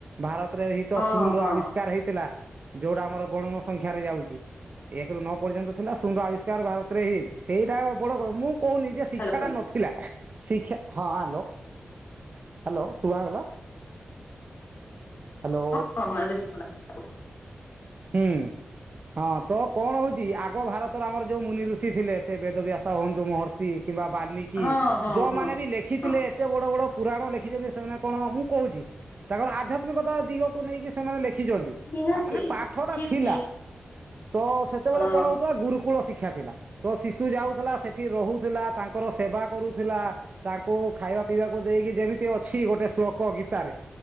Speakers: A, on the right; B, on the left.
A: ଭାରତରେ ଭିତ
B: ହଁ
A: ଶୂନ ର
B: ହଁ
A: ଆବିଷ୍କାର ହେଇଥିଲା। ଯୋଉଟା ଆମର ଗଣନ ସଂଖ୍ୟାରେ ଯାଉଚି। ଏକ ରୁ ନଅ ପର୍ଯ୍ୟନ୍ତ ଥିଲା ଶୂନ ର ଆବିଷ୍କାର ଭାରତ ରେ ହେଇଯାଇଚି। ସେଇଟା ବଡ କ ମୁଁ କଉନି ଯେ ଶିକ୍ଷା
B: ହ୍ୟାଲୋ
A: ଟା ନଥିଲା। ଶିକ୍ଷା ହଁ ହାଲୋ ହାଲୋ ଶୁଭାଗଲା। ହ୍ୟାଲୋ
B: ହଁ ହଁ ହଁ ଏବେ ଶୁଭା ଗଲା।
A: ହୁଁ। ହଁ ତ କଣ ହଉଛି ଆଗ ଭାରତର ଆମର ଯୋଉ ମୁନି ଋଷି ଥିଲେ ସେ ବେଦ ବ୍ୟାସ ହୁଅନ୍ତୁ ମହର୍ଷି। କିମ୍ବା ବାଲ୍ମିକି
B: ହଁ ହଁ
A: ଯୋଉମାନେ
B: ହଁ
A: ବି ଲେଖିଥିଲେ
B: ହଁ
A: ଏତେ ବଡ ବଡ। ପୁରାଣ ଲେଖିଛନ୍ତି ସେମାନେ କଣ ମୁଁ କହୁଛି ତାଙ୍କର ଆଧ୍ୟାତ୍ମିକତା ଦିଗକୁ ନେଇକି ସେମାନେ ଲେଖି ଛନ୍ତି
B: ନିହାତି
A: ତାମାନେ ପାଠ ଟା
B: ଠିକ
A: ଥିଲା।
B: ଠିକ
A: ତ ସେତେବେଳେ
B: ହଁ
A: କଣ ହଉଥିଲା ଗୁରୁକୁଳ ଶିକ୍ଷା। ତ ଶିଶୁ ଯାଉଥିଲା ସେଠି ରହୁଥିଲା ତାଙ୍କର ସେବା କରୁଥିଲା ତାଙ୍କୁ ଖାଇବା ପିଇବା। ବାକୁ ଦେଇକି ଯେମିତି ଅଛି ଗୋଟେ ଶ୍ଳୋକ ଗୀତା ରେ।